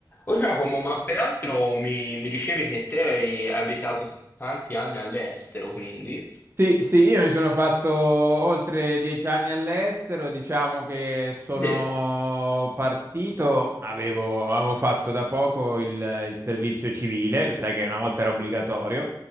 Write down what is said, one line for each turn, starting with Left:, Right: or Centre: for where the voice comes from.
Left: Oh Giacomo, ma peraltro mi, mi dicevi che te hai abitato tanti anni all'estero, quindi?
Right: Sì, sì, io mi sono fatto oltre dieci anni all'estero, diciamo che sono
Left: De.
Right: partito, avevo, avevo fatto da poco il, il servizio civile, lo sai che una volta era obbligatorio,